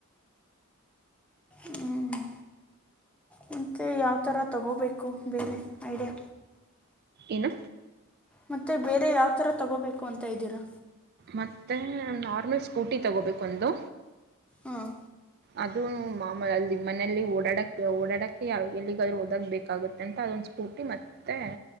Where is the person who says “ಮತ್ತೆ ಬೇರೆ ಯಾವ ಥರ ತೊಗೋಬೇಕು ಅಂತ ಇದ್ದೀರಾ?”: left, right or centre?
Centre